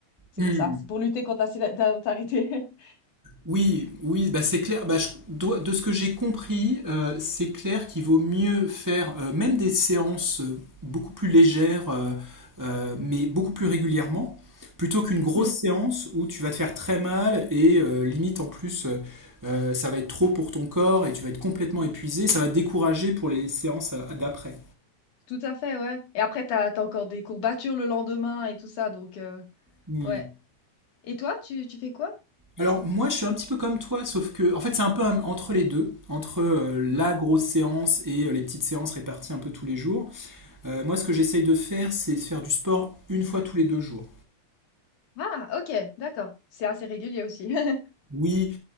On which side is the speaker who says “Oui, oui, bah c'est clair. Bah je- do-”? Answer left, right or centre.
Right